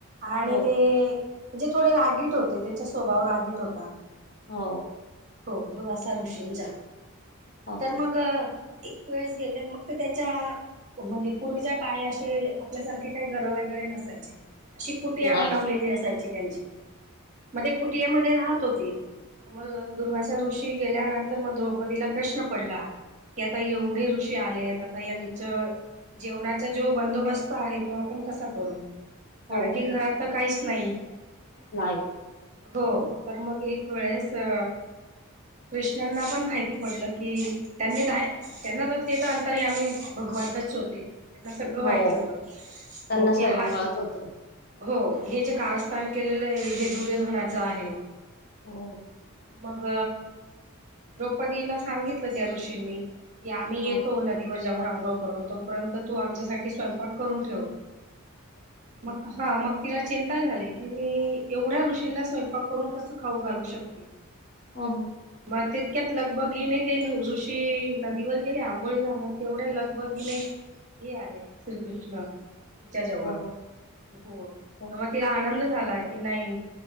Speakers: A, on the right (about 35°); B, on the left (about 45°).
A: आणि
B: हो
A: ते- म्हणजे थोडे रागीट होते त्यांचा स्वभाव रागीट होता.
B: हो...
A: हो दुर्वासा ऋषींचा
B: हो
A: तर मग एक वेळेस गेले मग- त्यांच्या म्हणजे पूर्वीच्या काळी अशी- आपल्यासारखे काही घरं वगैरे नसायची अशी कुटिया
B: नाही
A: बनवलेली असायची त्यांची. म ते कुटियामध्येध्ये राहत होते मग दुर्वासा ऋषी- गेल्यानंतर मग द्रौपदीला प्रश्न पडला की आता एवढे ऋषी आलेत- आता यांचा जेवणाचा जो बंदोबस्त आहे तो आपण कसा करू? कारण
B: हो
A: कि घरात तर काहीच नाही.
B: नाही
A: हो तर मग एक वेळेस अ कृष्णांना पण माहिती- पडलं की त्यांनी द त्यांना तर ते तर अंतर माहीत भगवंतच होते त्यांना सगळं माहिती
B: हो
A: होत हो
B: त्यांना
A: की
B: सर्व
A: हा
B: कळत होत
A: हो हे जे- कारस्थान केलेलं हे दुर्योधनादच आहे
B: हो
A: मग द्रौपदीला सांगितलं त्या ऋषींनी की आम्ही येतो
B: हो
A: येतो नदीवर जाऊन आंघोळ करून तोपर्यंत तू आमच्यासाठी स्वयंपाक करून ठेव. मग हा मग तिला चिंता झाली की मी एवढ्या ऋषींना स्वयंपाक- करून कस खाऊ घालू शकते?
B: हो..
A: तितक्यात लगबगीत ने ते ऋशी नदीवर गेले आंघोळी साठी आंघोळी म तेवढ्या लगबगी ने तेही आले श्रीकृष्ण- तिच्या जवळ
B: हो
A: हो
B: हो
A: तर मग तिला आनंद झाला की नाही